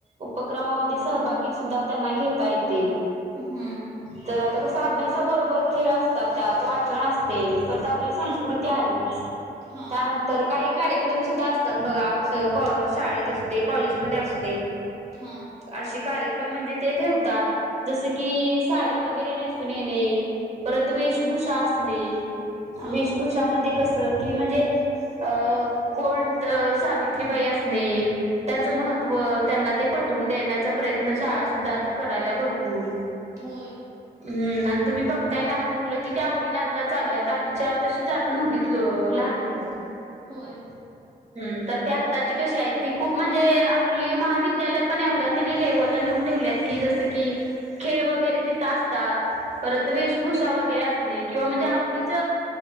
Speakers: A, on the right (about 40°); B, on the right (about 15°).
A: उपक्रमामध्ये सहभागी सुद्धा त्यांना घेता येते
B: हा
A: तर आता कस अभ्यासाबरोबर खेळ असतात त्यात वाचन असते तर आपली संस्कृती आली त्यानंतर
B: हां
A: तर काही कार्यक्रम सुद्धा असतात. बघा शाळेत अस दे कॉलेजमध्ये अस दे
B: हां
A: अशी कार्यक्रम म्हणजे ते ठेवतात. जस की साडी वगैरे नेसून येणे परत वेशभूषा असणे.
B: हां
A: वेशभूषामध्ये कस की म्हणजे अ कोण तर सावित्रीबाई असणे त्याचं
B: हम्म
A: महत्व व त्यांना ते पटवून देण्याचा प्रयत्न शाळा सुद्धा आता कराल्या भरपूर
B: होय
A: हम्म आणि तुम्ही बघताय लहान मुलं कि ते आवडीने आता चालल्यात आधी शाळेत तशी जात नव्हती तिथल लहान मुलं
B: होय
A: <inaudible> ह तर ती आत्ताची कशी आहेत ती खूप म्हणजे आपली महाविद्यालय पण एवढ्या तिने लेव्हलला नेऊन ठेवलीत कि जसं की खेळ वगैरे तिथं असतात. परत वेशभूषा वगैरे असणे किंवा म्हणजे आवडीच